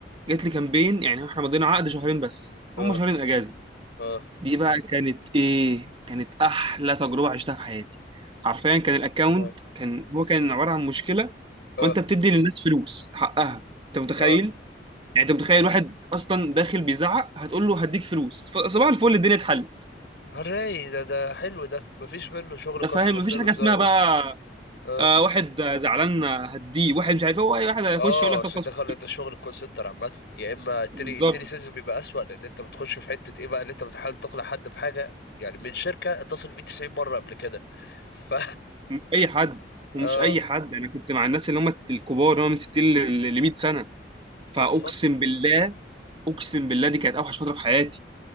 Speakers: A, on the right; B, on the left.
A: جات لي كامبين يعني احنا مضينا عقد شهرين بس
B: اه
A: هم شهرين اجازه
B: اه
A: دي بقى كانت ايه كانت احلى تجربه عشتها في حياتي حرفيا كان الاكونت
B: اه
A: كان هو كان عباره عن مشكله
B: اه
A: وانت بتدي للناس فلوس حقها انت متخيل
B: اه
A: يعني انت متخيل واحد اصلا داخل بيزعق هتقول له هديك فلوس فصباح الفل الدنيا اتحل
B: هنلاقي ده ده حلو ده مفيش منه شغل
A: ده
B: كاستمر
A: فاهم مفيش
B: سيرفيس
A: حاجه اسمها
B: ده
A: بقى
B: و... اه
A: آه واحد زعلان هديه واحد مش عارف إيه، هو اي واحد هيخش
B: اه
A: يقول لك
B: عشان
A: طب خلاص
B: ده خلي ده شغل الكول سنتر عامة يا إما التلي
A: بالظبط
B: التلي سيلز بيبقى أسوأ لأن أنت بتخش في حتة إيه بقى اللي أنت بتحاول تقنع حد بحاجة يعني من شركة اتصل بيه 90 مرة قبل كده <laughs> ف
A: مش اي حد
B: اه
A: ومش اي حد انا كنت مع الناس اللي هم الكبار اللي هم من 60 ل ل 100 سنه فاقسم
B: طب اتفضل
A: بالله اقسم بالله دي كانت اوحش فتره في حياتي